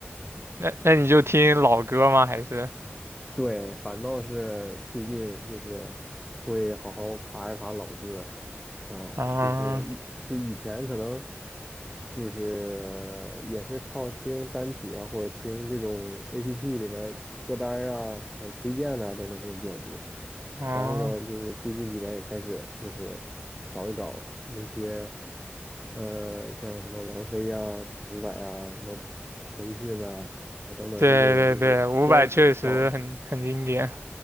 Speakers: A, on the right (about 80°); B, in the centre.
A: 那那你就听老歌吗？还是
B: 对，反倒是最近就是会好好爬一爬老歌，啊，
A: 啊
B: 就是以就以前可能就是也是靠听单曲啊，或者听这种 APP 里面歌单儿啊，或者推荐啊等等这种比较多。
A: 啊？
B: 然后呢，就是最近几年也开始就是找一找那些呃像什么王菲呀、伍佰呀、什么陈奕迅呐啊等等这些人，
A: 对对对，
B: 就是专专找。
A: 伍佰确实很很经典。